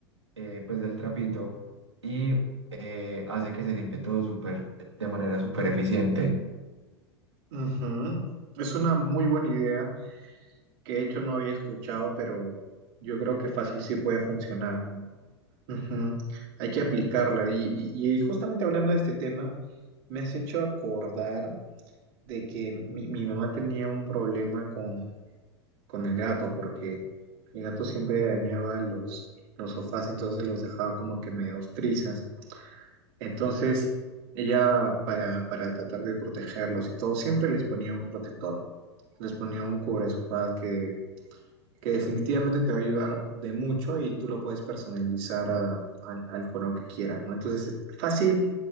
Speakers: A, on the right; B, on the right.
A: eh, pues del trapito y eh, hace que se limpie todo súper, de manera súper eficiente.
B: Ujú. Es una muy buena idea que de hecho no había escuchado, pero yo creo que fácil sí puede funcionar, ¿no? Ujú. Hay que aplicarla. Y, y- y justamente hablando de este tema, me has hecho acordar de que mi, mi mamá tenía un problema con con el gato, porque el gato siempre arañaba los, los sofás, entonces los dejaba como que medio trizas. Entonces, ella, para, para tratar de protegerlos y todo, siempre les ponía un protector, les ponía un cubre sofá que que definitivamente te va a ayudar de mucho y tú lo puedes personalizar a- a- al color que quieras, ¿no? Entonces, fácil